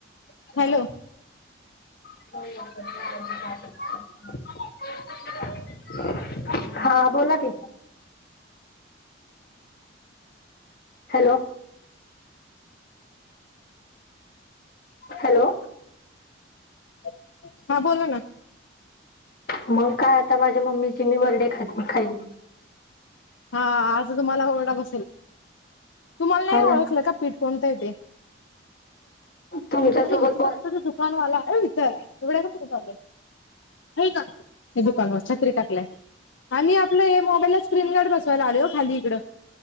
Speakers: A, on the left (about 50°); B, on the left (about 75°).
A: <unintelligible>
B: हॅलो
A: <unintelligible> हा, बोला की हॅलो, हॅलो,
B: <inaudible> हा बोला ना.
A: मग काय आता माझ्या मम्मीची मी वर्डे खात खाईल
B: हा आता तुम्हाला ओरखा बसेल <inaudible> तुम्हाला नाही
A: हा
B: ओळखलं
A: ना
B: का पीठ कोणत य तेे <inaudible>
A: तुमच्यासोबत
B: अरे इथचगत
A: बोल
B: त दुकानवाला आहे इथं तेवढ्या ना कुठे झालं का दुकानवर छत्री टाकलाय आम्ही आपलं मोबाईल ला स्क्रीन गार्ड बस यला आले हो खाली इकं,